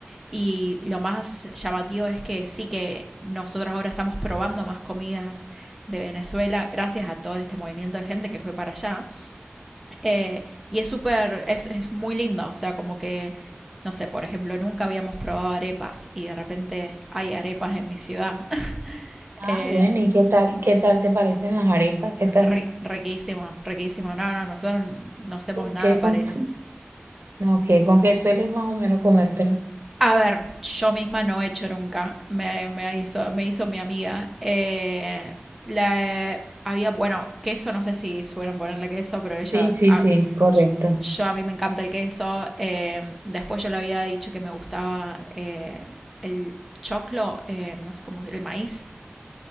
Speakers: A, in the centre; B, on the right (about 70°).
A: y lo más llamativo es que sí que nosotros ahora estamos probando más comidas de Venezuela gracias a todo este movimiento de gente que fue para allá. Eh, y es súper, es, es muy lindo, o sea, como que, no sé, por ejemplo, nunca habíamos probado arepas y de repente hay arepas en mi ciudad. <laughs>
B: Ah,
A: Eh,
B: bueno, ¿y qué tal, qué tal te parecen las arepas? ¿Qué tal?
A: ri- riquísimo, riquísimo. No, no, nosotros no hacemos
B: ¿Con
A: nada
B: qué, con,
A: parec-
B: no, ok, con qué sueles más o menos comértela?
A: A ver, yo misma no he hecho nunca, me, me hizo, me hizo mi amiga. Eh, la, había, bueno, queso, no sé si suelen ponerle queso, pero ella,
B: Sí, sí,
A: a,
B: sí, correcto.
A: yo a mí me encanta el queso. Eh, después yo le había dicho que me gustaba eh, el choclo, eh, no sé cómo, el maíz.